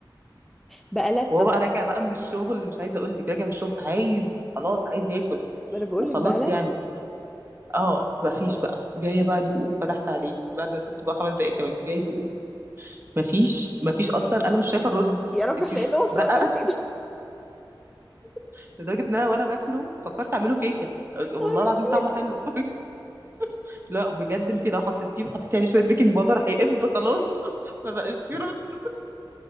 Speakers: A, in the centre; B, on the right (about 30°).
A: بقلت
B: وهو بقى راجع بقى من الشغل اللي مش عايزه اقول لك راجع من الشغل عايز خلاص عايز ياكل
A: ما انا بقول
B: وخلاص
A: لك بقى لتة
B: يعني اه مفيش
A: اه
B: بقى جايه بقى ادوقه فتحت عليه بعد ما سبته بقى خمس دقايق كمان جايه ادوقه مفيش مفيش اصلا انا مش شايفه الرز
A: يا رب
B: انت
A: احنا
B: مش
A: ايه اللي وصلنا
B: بقى
A: لكده <laughs>
B: <laughs> لدرجه ان انا وانا باكله فكرت اعمله كيكه والله
A: يا نهار
B: العظيم
A: اسود
B: طعمه حلو <laughs> لا بجد انت لو حطيتيه حطيتي عليه شويه بيكنج باودر هيقب خلاص <laughs> ما بقاش فيه رز